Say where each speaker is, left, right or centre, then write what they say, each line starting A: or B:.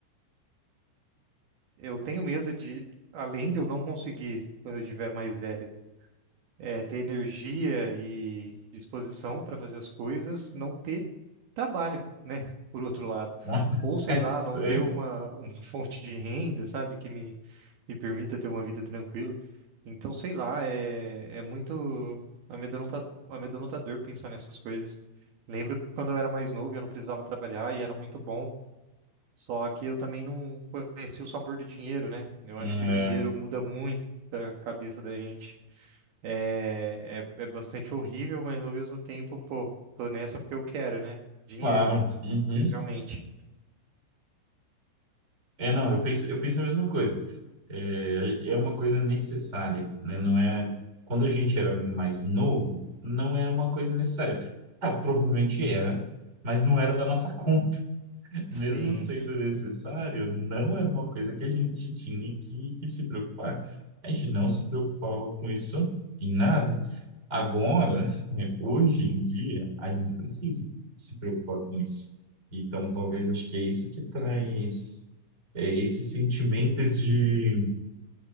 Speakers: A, on the right; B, on the right.
A: Eu tenho medo de, além de eu não conseguir, quando eu estiver mais velho, é, ter energia e disposição para fazer as coisas, não ter trabalho, né? <laughs> Por outro lado.
B: <laughs>
A: Ou sei
B: É
A: lá,
B: sério.
A: não ter uma, uma <laughs> fonte de renda, sabe? Que me, me permita ter uma vida tranquila. Então, sei lá, é, é muito amedronta- amedrontador pensar nessas coisas. Lembro quando eu era mais novo, eu não precisava trabalhar e era muito bom. Só que eu também não conheci o sabor do dinheiro, né? Eu
B: Hum,
A: acho que o dinheiro
B: É,
A: muda muito a cabeça da gente. É, é, é bastante horrível, mas ao mesmo tempo, pô, tô nessa porque eu quero, né? Dinheiro,
B: claro. Uhum.
A: especialmente.
B: É, não, eu penso, eu penso a mesma coisa. É, é uma coisa necessária, né? Não é... Quando a gente era mais novo, não era uma coisa necessária. Ah, provavelmente era, mas não era da nossa <laughs> conta. mesmo
A: Sim,
B: sendo necessário, não era uma coisa que a gente tinha que, que se preocupar. A gente não se preocupava com isso em nada. Agora, <laughs> né, hoje em dia, a gente precisa se preocupar com isso. Então, talvez acho que é isso que traz é, esse sentimento de